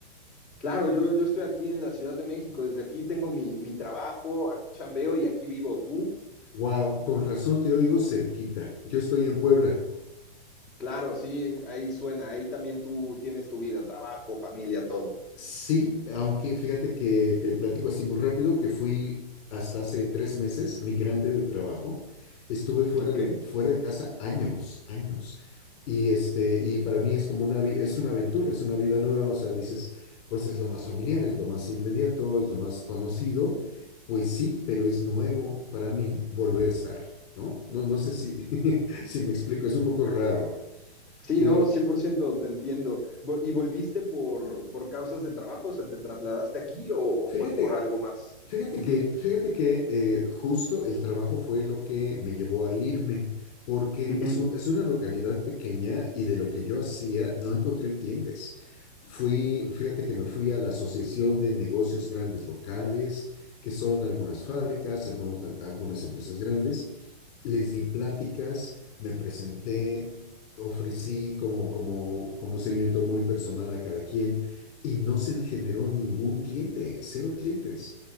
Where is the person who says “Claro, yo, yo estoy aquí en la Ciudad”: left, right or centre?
Centre